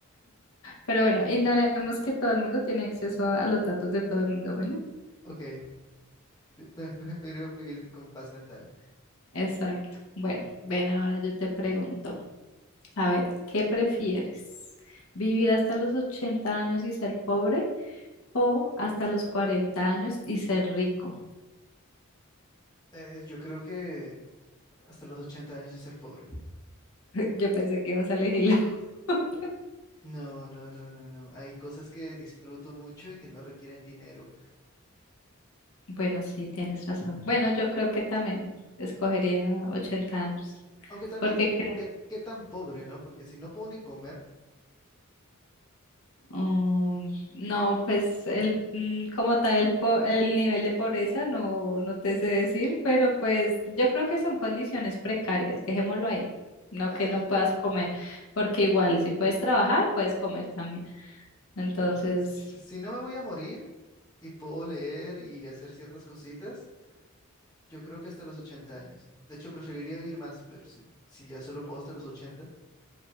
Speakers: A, on the left; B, on the left.
A: Pero bueno, ignoremos que todo el mundo tiene acceso a a los datos de todo el mundo, bueno.
B: ok, eh, pre- prefiero vivir con paz mental.
A: Exacto. Bueno, ven, ahora yo te pregunto, a ver, ¿qué prefieres? ¿Vivir hasta los 80 años y ser pobre o hasta los 40 años y ser rico?
B: Eh, yo creo que hasta los 80 años y ser pobre.
A: Yo pensé que ibas a elegir la <laughs> otra.
B: No, no, no, no, no. Hay cosas que disfruto mucho y que no requieren dinero.
A: Bueno, sí, tienes razón. Bueno, yo creo que también escogería 80 años.
B: Aunque también,
A: Porque creo,
B: ¿qué, qué tan pobre, ¿no? Porque si no puedo ni comer,
A: um, no, pues el mm, como tal el, po- el nivel de pobreza no, no te sé decir, pero pues yo creo que son condiciones precarias, dejémoslo ahí. No
B: ah,
A: que no puedas comer, porque igual si puedes trabajar, puedes comer también. Entonces,
B: claro, o sea, si, si no me voy a morir y puedo leer y hacer ciertas cositas, yo creo que hasta los 80 años. De hecho, preferiría vivir más, pero si, si ya solo puedo hasta los ochenta,